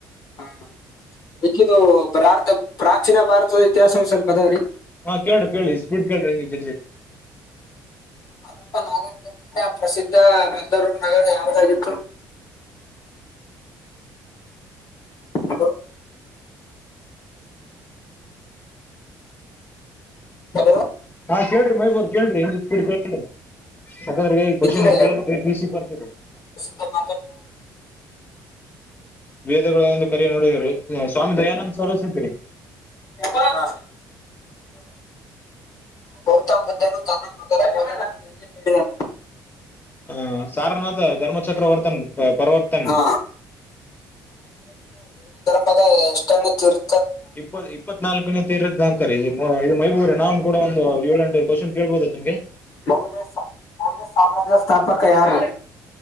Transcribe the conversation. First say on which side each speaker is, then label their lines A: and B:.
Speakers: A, on the left; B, on the left.
A: ಹಾ ಮಿಕ್ಕಿದು ಭಾರತ ಪ್ರಾಚೀನ ಭಾರತದ ಇತಿಹವ ಸ್ವಲ್ಪದಾವ್ರೀ
B: ಹಾ ಕೇಳ್ರಿ ಕೇಳಿ ಇಸ್ ಬಿಡ್ ಕೇಳ್ರಿ ಹಂಗಗೆ ಜಲ್ಜ
A: ಅರಪ್ಪ ನಾಗರಗತೆ ಪ್ರಸಿದ್ಧ ಬಂಗೂರು ನಗರ ಯಾವ್ದಾಗಿತ್ತು ಹಲೋ ಹಲ
B: ಹಾ ಕೇಳ್ರಿ ಮೈಬೂರ್ ಕೇಳ್ರಿ ಎಂಗ ಸ್ಪೀಡ್ ಕೇಳ್ರಿ ಯಾಕಂದ್ರೆ ಈ ಕ್ವಶನ್
A: ಪ್ರಸ
B: ಕೇಳ್ಬೇಕ್ರಿ ಪಿ ಸಿ ಬರ್ತೀರಿ
A: ಬ
B: ವೇದಗಳುಂದು ಕರ ನೋಡಿದರು ಸ್ವಾಮಿ ದಯಾನಂದ ಸಾರಸಿದರಿ
A: ಹಾ ಗೌತಮ್ ಬುದದ್ಧನು ತನ್ನ ಮಗ ಎಲ್ಲಿ ನೀಡಿದನು
B: ಹ ಸಾರನಾಥ ಧರ್ಮಚಕ್ರವರ್ತನ್ ಪರವರ್ತನೆ
A: ಹಾ ಮಾಗ ಎಷ್ಟೀರ್
B: ಇಪ್ಪತ್ ಇಪ್ಪತ್ನಾಾಲ್ಕನ ತ ಇರದ ಅಂಕರ್ ಇ ಮೈಬೂರರೆ ನಾನ್ ಕೂಡ ಒಂದು ಏಳೆಂು ಕ್ವಶ್ನ್ ಕೇಬೋದು ತಮ್ಗೆ
A: ಮೌರ್ಯ ಮೌರ್ಯ ಸಾಮ್ರಾಜ್ಯ ಸ್ಥಾಪಕ ಯಾರು